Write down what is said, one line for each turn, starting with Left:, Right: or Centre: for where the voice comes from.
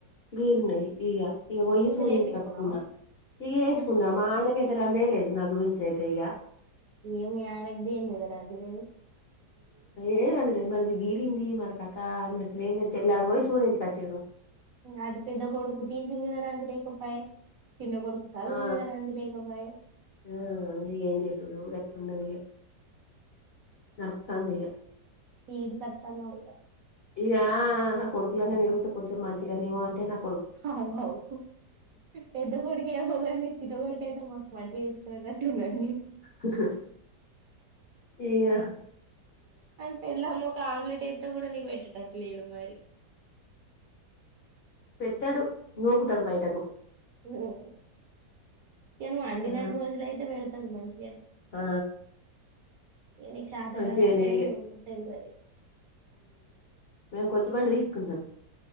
Left: వీరున్నాయి ఇక ఇక వయ్యి
Right: సూదులు
Left: సూర్ంచి
Right: వేయించుకున్నావా
Left: కచ్చుకున్నా ఇక వేయించుకున్నా
Right: ఉమ్
Left: మా ఆయనకతే రందేయలేదు నాకు గురించి అతే ఇక
Right: ఏమి ఆయనకి దేని మీదరండి లేరు
Left: ఏ మరిది గీరింది మరి కథ అన్నట్ తెల్లారు పోయి సూర్యజకిచ్చ
Right: అటు పెద్ద కొడుకు సి మీద అంది లేకపో చిన్న కొడుకు స సాధవు
Left: ఆ
Right: మీదార అంంది లేకపాయ
Left: ఆ ఏం చేసదు గట్ అదిగా నిర్తా న్య
Right: ఈద కత్తనా వయిగా
Left: ఇక నా కొడుకులనే విరుగుతే కొంచెం మంచిగానేమో అంటే నాకు
Right: అవు అవు పెద్ద కొడికేవోగానీ చిన్న కొడికయితే మస్త్ మంచిగా చూసుకునేటట్టు ఉండాడు
Left: హ హా ఏకా
Right: అంటే ఎల్లమ్మ ఒక ఆమ్లెట్ అయితే కూడా నీకు పెట్టేటట్టు లేడు మరి.
Left: పెట్టడు నూకుతడు బయటకు
Right: ఉహు నేను అండిన్నన్ని
Left: ఆ
Right: రోజులైతే పెడత్ మంచి
Left: ఆ
Right: ఇగ నీకు శాతకానప్పుడు
Left: మంచిగనే ఇగ
Right: వద్దన్నది ఇక
Left: మేము కొత్త బండి తీసుకుంటాం